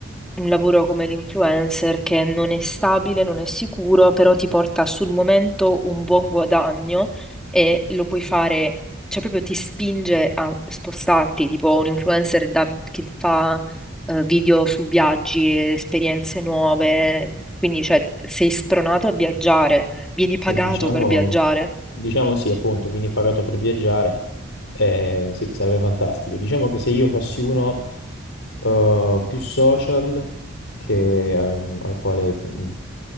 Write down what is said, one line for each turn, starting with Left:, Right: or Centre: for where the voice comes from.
Centre: un lavoro come l'influencer che non è stabile, non è sicuro, però ti porta sul momento un buon guadagno e lo puoi fare, cioè proprio ti spinge a spostarti, tipo un influencer da- che fa eh, video su viaggi, e esperienze nuove, quindi cioè, sei spronato a viaggiare, vieni
Left: Sì,
Centre: pagato
Left: diciamo,
Centre: per viaggiare
Left: diciamo sì, appunto, vieni pagato per viaggiare, eh, sì, sarebbe fantastico. Diciamo che se io fossi uno eh, più social che, ehm, al quale mh,